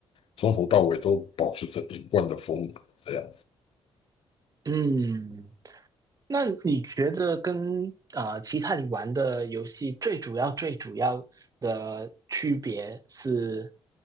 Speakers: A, on the left; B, on the right.
A: 从头到尾都保持着一贯的风格，这样。
B: 嗯，那你觉得跟呃其他你玩的游戏最主要最主要的区别是